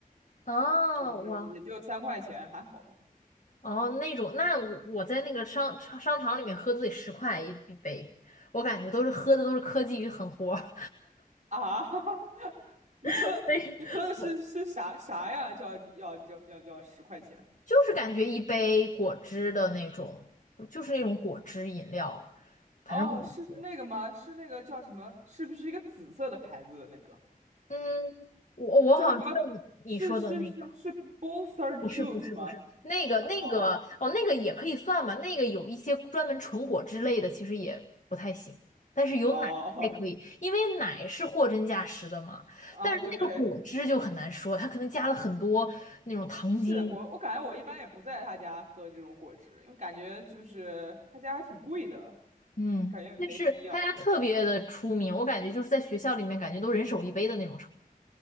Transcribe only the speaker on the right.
就是也就三块钱，
还好吧。
啊，<laughs> 你喝你喝的是是啥啥呀？
叫要要要要十块钱？
哦，是那个吗？是那个叫什么？是不是一个紫色的牌子的那个？
叫什么？是是是是 Booster
Juice 吗？
哦
哦哦
<laughs> 啊，
对，
是我，我感觉我一般也不在他家喝这种果汁，因为感觉就是他家还挺贵的，
感觉没必要